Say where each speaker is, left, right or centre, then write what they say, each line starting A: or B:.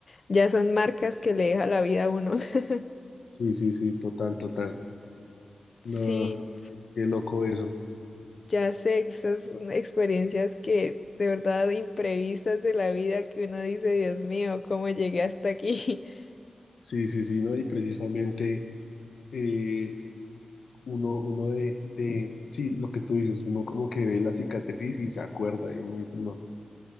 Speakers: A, on the left; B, on the left.
A: ya son marcas que le deja la vida a uno. <laughs>
B: sí, sí, sí, total, total.
A: Sí.
B: No, qué loco eso.
A: Ya sé, esas son experiencias que de verdad imprevistas de la vida que uno dice, Dios mío, ¿cómo llegué hasta aquí? <laughs>
B: Sí, sí, sí, ¿no? Y precisamente eh, uno, uno de, de, sí, lo que tú dices, uno como que ve la cicatriz y se acuerda y uno dice, no,